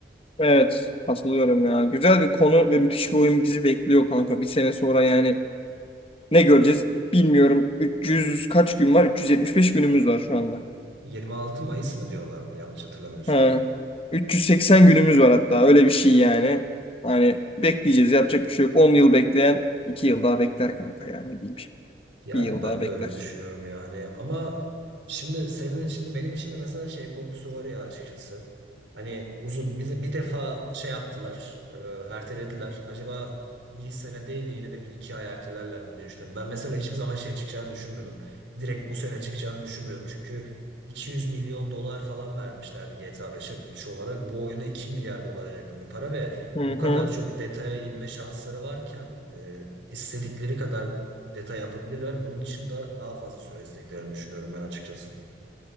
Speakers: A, on the left (about 30°); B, on the right (about 80°).
A: Evet, katılıyorum ya. Güzel bir konu ve müthiş bir oyun bizi bekliyor kanka. Bir sene sonra yani Ne göreceğiz bilmiyorum. 300 kaç gün var? 375 günümüz var şu anda.
B: 26 Mayıs mı diyorlardı yanlış hatırlamıyorsam.
A: He. 380 günümüz var hatta öyle bir şey yani. Hani bekleyeceğiz yapacak bir şey yok. 10 yıl bekleyen 2 yıl daha bekler kanka yani ne diyeyim şimdi.
B: Yani
A: Bir yıl
B: ben
A: daha bekler.
B: de öyle düşünüyorum ya hani ama şimdi senin için benim için de mesela şey korkusu var ya açıkçası. Hani uzun bizi bir defa şey yaptılar, e, ertelediler. Acaba bir sene değil de yine de bir iki ay ertelerler mi diye düşünüyorum. Ben mesela hiçbir zaman şey çıkacağını düşünmüyordum. Direkt bu sene çıkacağını düşünmüyordum. Çünkü 200 milyon dolar falan vermişlerdi GTA 5'e bütçe olarak. Bu oyuna 2 milyar dolara yakın bir para ve
A: Hı
B: bu
A: hı.
B: kadar çok detaya inme şansları varken e, istedikleri kadar detay yapabilirler. Bunun için de daha fazla süre istediklerini düşünüyorum ben açıkçası.